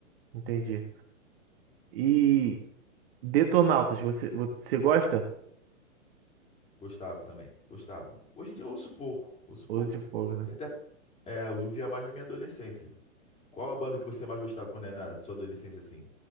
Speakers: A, on the right; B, on the left.
A: entendi. E Detonautas, você, você gosta?
B: Gostava também, gostava. Hoje em dia eu ouço pouco, ouço
A: Ou
B: pouco.
A: de fogo, né?
B: E até, é, eu via mais na minha adolescência. Qual a banda que você mais gostava quando era na sua adolescência, assim?